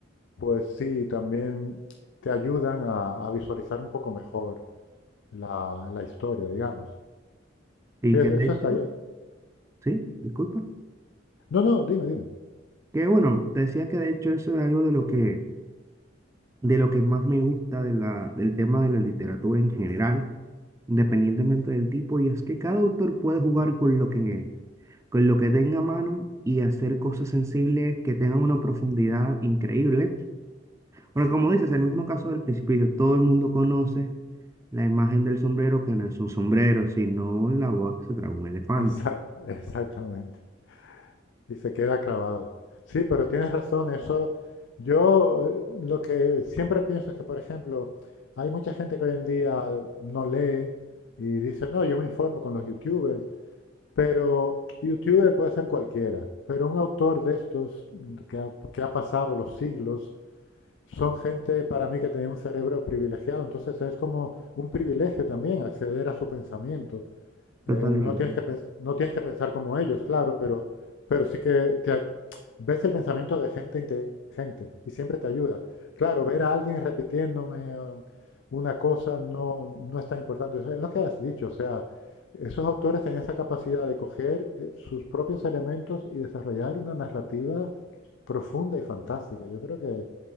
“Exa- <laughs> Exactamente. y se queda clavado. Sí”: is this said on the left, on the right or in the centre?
Left